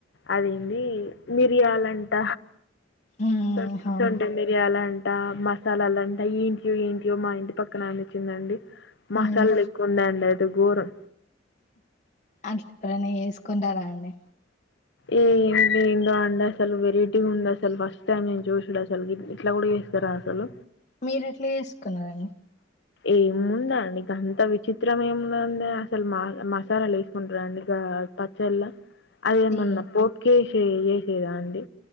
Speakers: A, on the left; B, on the left.
A: అద ఏంది మిరియాలంట
B: ఉమ్
A: స
B: అవును
A: సొం మిరియాల అంటడి మసాలాలుంటా ఏంటియో ఏంటియో మా ఇంటి పక్కన అపచ్చిందండి మసాలా
B: ఉమ్
A: దకుడా అండ గోరం
B: అట్లా ఎవరైనా వేసుకు కొంటారండి
A: ఏ ఏందో అండి అసలు వెరైటీ ఉంది అసలు ఫస్ట్ టైం నేను చూసడు అసలు ఇట్లా కూడా చేస్తారా అసలు
B: మీరు ఎట్లా చేసుకున్నారండి
A: ఏముముందండి గంత విచిత్రం ఏముందంది అసలు మా మా మసాలాలు లేేసుకుంటర అండి గా పచ్చళ్ళ అదేమన్నా
B: ఈ
A: పోప్ కేసి చేసేదా అండి